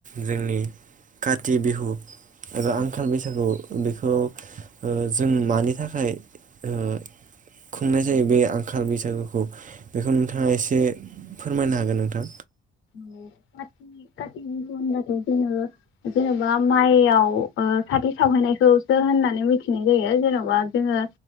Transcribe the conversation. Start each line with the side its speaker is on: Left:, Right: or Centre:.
Right: जोंनि काथि बिहु एबा आंखाल बैसागु। बेखौ ओ जों मानि थाखाय ओ खुंनाय जायो बे आंखाल बैसागुखौ बेखौ नोंथाङा एसे फोरमायनो हागोन नोंथां
Left: ओ काति काति बिहु होनब्लाथाय जोङो जेन'बा माइयाव ओ साथि सावहैनायखौसो होननानै मिथिनाय जायो जेन'बा जोङो